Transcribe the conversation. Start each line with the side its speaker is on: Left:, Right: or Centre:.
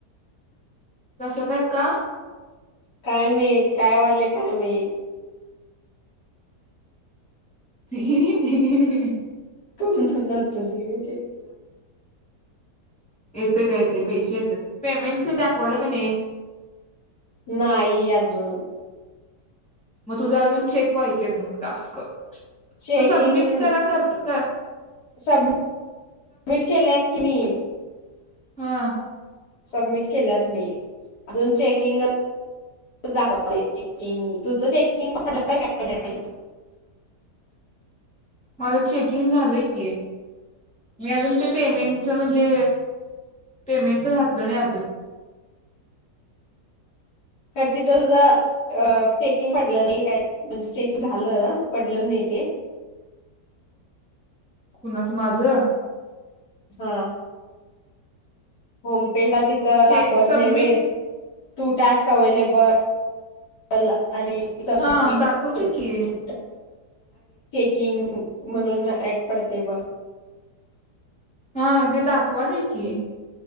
Centre: कस काय का
Left: काय माहित काय वयले काय माहित
Centre: हेहेहेहहे <inaudible>
Left: को ना जाातली ग ते
Centre: येत का येत पैसे येत पेमेंटस दाखवाला का नाही.
Left: नाही अजून
Centre: मग तुझ्या अजून चेक व्हायचे आहेत मग टास्क
Left: चेकिंग
Centre: तू सबमिट करा करत क
Left: सब सबमिट केले आहेत. कि मी
Centre: हम्म
Left: सबमिट केल्यात मी अजून चेकिंग दाखवंग तुझ चेकिंग पडलं का नाही.
Centre: माझ चेकिंग झालंय की मी अजून ते पेमेंटच म्हणजे पेमेंटच घातल नाही अजून
Left: तर तिथं तुझा पेकिंग पडलं नाही काय म्हणजे चेक झालं. पडलं नाही ते,
Centre: कुणाच माझं
Left: हा होम तिथं
Centre: शे
Left: दाखवत
Centre: सबमिट
Left: नाही होय. टास्क अवेलेबल आणि
Centre: हा
Left: टू
Centre: दाखवत् की
Left: किंग म्हणून ना ऐक पडते ब
Centre: हा ते दाखवाल आहे की